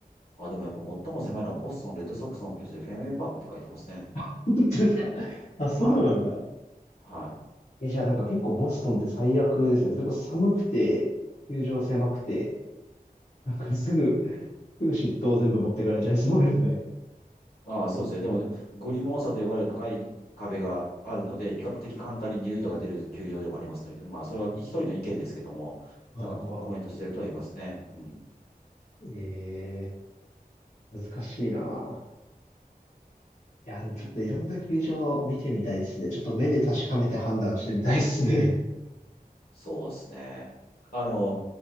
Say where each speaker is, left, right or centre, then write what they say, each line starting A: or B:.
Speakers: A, on the left (about 75°); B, on the left (about 50°).
A: あ、でもやっぱ最も狭いのはボストンレッドソックスの本拠地でフェンウェイパークって書いてますね。
B: <laughs> 本当ですか。あ、そうなんだ。
A: はい。はい。
B: え、じゃあなんか結構ボストンって最悪ですね。それこそ寒くて、球場狭くて、なんか <laughs> すぐ、すぐ嫉妬を全部持ってかれちゃいそうですね。
A: ああ、そうですね。でも、グリモン差と呼ばれる高い壁があるので、比較的簡単に二塁打が出る球場でもありますので、まあ、それは一人の意見ですけども、
B: あまあまあまあ。
A: なんかこコメントしてる人はいますね。うん。
B: えー、難しいな。いや、
A: うん。
B: でもちょっといろんな球場を見てみたいですね。ちょっと目で確かめて判断してみたいですね。
A: そうですね。あの、